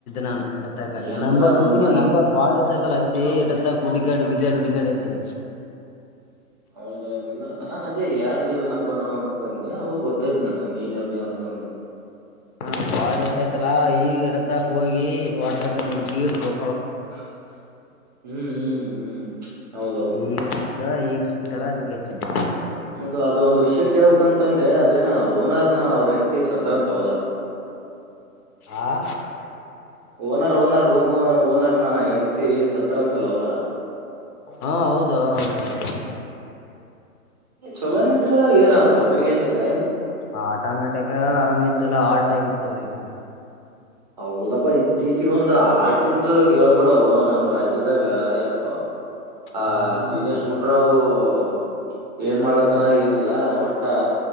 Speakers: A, on the left; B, on the right.
A: ನಾನು ಇಡತ
B: ಯಂತ್ರ
A: ನಂಬರ್ ಹುಡುಕಿನಿ
B: ರೂಮಲ್ಲಿ
A: ನಂಬ ಬಳ ಎ ತಾ ಕುಡಿಕಾ ುಡಿಕಾ ುಡಿಕಾ ಡೆಚನ
B: ಹೌದೌದಿಲ್ಲ ನಾನ್ ಅದೇ ಯಾರ್ದದು ನಂಬರ್ ಅಂತಂದ್ರ ಅವಾಗ ಗೊತ್ತಾಯ್ ನಾನ ನೀನ್ ಅದೇ ಅಂತಂದು
A: ಹಾ ಬಾಳ ದಿವಸ ಆಯ್ತಲ್ಲಾ ಈಗಿಡಕ್ ಹೋಗಿ ವಾಟ್ಸ್ಪ್ನ ಹುಕಿ ್ರೋ
B: ಹ್ಮ್ ಹ್ಮ್ ಹ್ಮ್ ಹೌದೌದು
A: ಹ್ಮ್ ಈಗ್ ಸಿಕ್ತಲ್ಲಾ ಅದಕ್ಕೆ ಹೆಚ್ಚಿದೆ
B: ಹೌದು ಅದ ಒಂದು ವಿಷಯ ಕೇಳಕ್ ಅಂತಂದೆ ಅದೇ ಓನರ್ ನ ಅವ್ರ ಹೆ ಎಣತಿ ಸ ಉತ್ರರಂತ ತೌದಾ
A: ಆ
B: ಓನರ್ ಓನ ರೂಮ ಓನರ್ ಹೆಂಡತಿ ಸತ್ರ ಅಂತಲ್ಲ ಹೌದಾ
A: ಹಾ ಹೌದು ಹ
B: ಚೊಲೋನ ಇದ್ರ ಏನ ದೌಖಾನಿಗ್ ಹಾಕಿದ್ರೆ
A: ಆಟೋಮ್ಯಾಟಿಕ್ ಆರಾಮ ಇದಲ್ಲ ಆ ಟಗತ್ತು ಅವಿಗೆ
B: ಹೌದಪ್ಪ ಇತ್ತೀಚಗ ಒಂದು ಆಟ ಅಂತ ಕೇಳ್ಬೇಡ ನಮ ರಾಜ್ಯದಾಗ ಯಪ್ಪ ಹ
A: ಹ್ಮ್
B: ದಿನೇಶ್ ಗುಂಡ್ರಾವ್ ಹ ಏನ್ ಮಾಡ್ಲತ್ತನ ಏನ್ ಲ್ಲ ಒಟ್ಟ